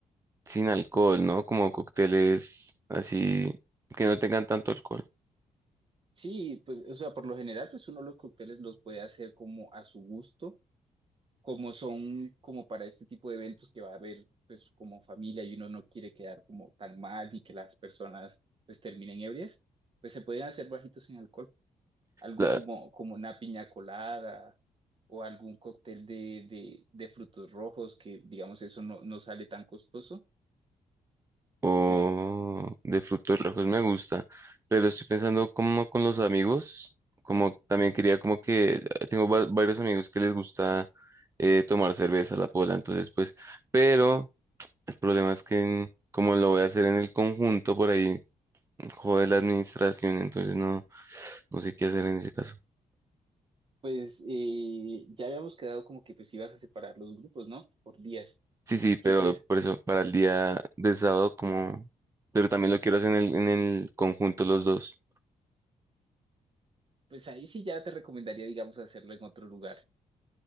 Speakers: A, on the right; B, on the right.
A: sin alcohol, ¿no? Como cócteles así que no tengan tanto alcohol.
B: Sí, pues, o sea, por lo general, pues uno los cócteles los puede hacer como a su gusto, como son como para este tipo de eventos que va a haber, pues, como familia y uno no quiere quedar como tan mal y que las personas, pues, terminen ebrias, pues se pueden hacer bajitos en alcohol, algo
A: La-
B: como, como una piña colada o algún cóctel de, de, de frutos rojos que, digamos, eso no, no sale tan costoso.
A: o
B: Entonces,
A: de frutos rojos me gusta, pero estoy pensando como con los amigos, como también quería como que tengo va- varios amigos que les gusta eh, tomar cerveza, la pola, entonces pues, pero el problema es que en- como lo voy a hacer en el conjunto por ahí, jode la administración, entonces no, no sé qué hacer en ese caso.
B: pues, eh, ya habíamos quedado como que, pues, ibas a separar los grupos, ¿no? Por días.
A: Sí, sí, pero
B: Entonces,
A: por eso para el día del sábado como, pero también lo quiero hacer en el, en el conjunto los dos.
B: Pues ahí sí ya te recomendaría, digamos, hacerlo en otro lugar.